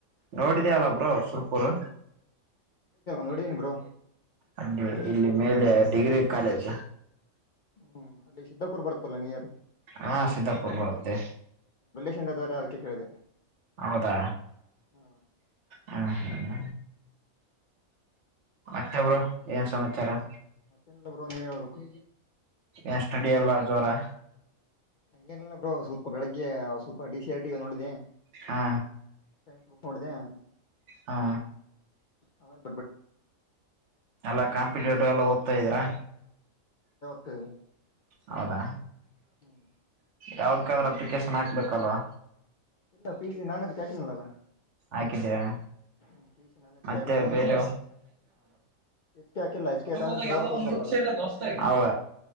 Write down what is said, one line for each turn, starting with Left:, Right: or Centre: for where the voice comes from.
Right: ನೋಡಿದ್ಯಲ್ಲಬ್ರು ಸುರ್ಪುರು.
Left: ನೋಡಿ ಏನ ಬ್ರೋ
Right: ಅಲ್ಲಿ ಇಲ್ಲಿ ಮೇಲೆ ಡಿಗ್ರಿ ಕಾಲೇಜ್
Left: ಹ್ಮ್ ಅಲ್ಲಿ ಸಿದಿದ್ದಕೂರ್ ಬರ್ತಲ್ಲ ನೀರ ಯಾರು.
Right: ಹಾ ಸಿದ್ದಾಪುರ್ ಬರುತ್ತೆ.
Left: ಚ್ರ ಅವದಕ್ಕೆ ಕೇಳಿದೆ..
Right: ಹೌದಾ
Left: ಹಾ
Right: ಹ್ಮ ಮತ್ತೆ ಬ್ರೋ ಏನ್ ಸಮಾಚಾರಾ
Left: ಮತ್ತೇನಲ್ಲ ಬ್ರೋ ನೀವ್ ಹೇಳ್ಬೇಕು
Right: ಏ ಸಡಿ ಎಲ್ಲ ಜೋರಾ
Left: ಹಂಗೇನಲ್ಲ ಬ್ರೋ ಸ್ವಲ್ಪ ಬೆಳಗ್ಗೆ ಸ್ವಲ್ಪ ಡಿ ಸಿ ಆರ್ ಟಿ ನೋಡಿದೆ
Right: ಹಾ
Left: <unintelligible>
Right: ಹಾ
Left: ಆಮೇಲೆ
Right: ಎಲ್ಲಾ ಕಾಂಪಿಟೇಟಿವ್ ಎಲ್ಲ ಓದ್ತಾ ಇದ್ರಾ.
Left: <unintelligible>
Right: ಹೌದಾ
Left: ಹ್ಮ್
Right: ಯಾವದಕ್ಕಾದ್ರ ಅಪ್ಲಿಕೇಶನ್ ಹಾಕ್ಬೇಕಲ್ವಾ
Left: ಇಲ್ಲ ಪಿ ಜಿ ನಾನದ <unintelligible>
Right: ಹಾಕಿದ್ದೀರಾ
Left: <inaudible>
Right: ಮತ್ತೆ
Left: ಹಾಕಿದೀನಿ
Right: ಬೇರ
Left: ಎಚ್ ಕೆ ಹಾಕಿಲ್ಲ ಎಚ್ ಕೆ
Right: ಹ
Left: ಯಾಕಂದ್ರೆ ಸರ್ ಅವರು ತೋತಲ್ಲ